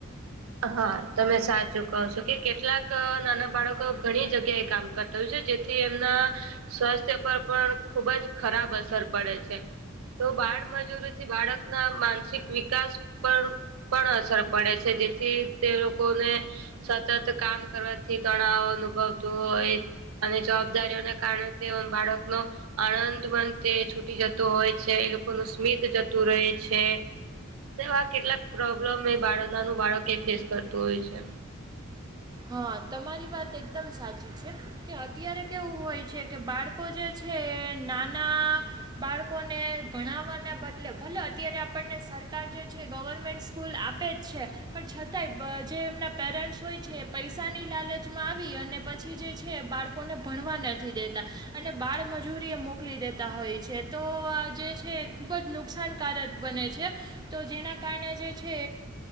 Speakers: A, on the right; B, on the right.
A: હા તમે સાચું કહો છો કે કેટલાક નાના બાળકો ઘણી જગ્યાએ કામ. કરતા છે જેથી એમના સ્વાસ્થ્ય પર પણ ખુબ જ ખરાબ અસર પડે છે. તો બાળ મજૂરીથી બાળકના માનસિક વિકાસ પણ પણ અસર પડે છે, જેથી તે લોકોને સતત કામ કરવાથી તણાવ અનુભવતું હોય. અને જવાબદારીઓને કારણે તે બાળકનો આનંદ મંદ તે છૂટી જતો હોય છે, એ લોકોનું સ્મિત જતું રહે છે. તોવા કેટલાક પ્રોબ્લેમ એ બાળક નાનું બાળકે ફેસ કરતું હોય છે.
B: હા તમારી વાત એકદમ સાચી છે. કે અત્યારે કેવું હોય છે કે બાળકો જે છે નાના બાળકોને ભણાવવાના બદલે ભલે અત્યારે આપણને સરકાર જે છે ગવર્મેન્ટ સ્કૂલ આપે જ છે પણ છતાંય જે એમના પેરેન્ટ્સ હોય છે એ પૈસાની લાલચમાં આવી અને પછી જે છે. બાળકોને ભણવા નથી દેતા અને બાળમજૂરી એ મોકલી દેતા હોય છે, તો આ જે છે ખુબ જ નુકસાન કારક બન છે. તો જેના કારણે જે છે